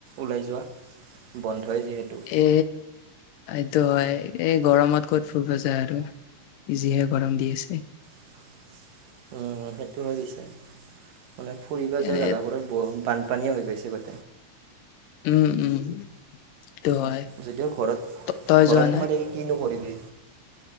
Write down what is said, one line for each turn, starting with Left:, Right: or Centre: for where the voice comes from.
Right: ওলাই যোৱা? বন্ধ এ যিহেতু।
Left: এ এইটো হয়, এই গৰমত ক'ত ফুৰিব যায় আৰু জিহে গৰম দি আছে।
Right: <unintelligible> উম সেইটো হয় পিছে, মানে ফুৰিব যোৱা
Left: এনে
Right: জোগাবোৰত বৰ বানপানীয়ে হৈ গৈছে বাৰু।
Left: উম উম। সেইটো হয়
Right: যদিওঁ ঘৰত
Left: ত তই
Right: ঘৰত
Left: যোৱা
Right: সোমাই
Left: নাই
Right: থাকি কিনো কৰিবি।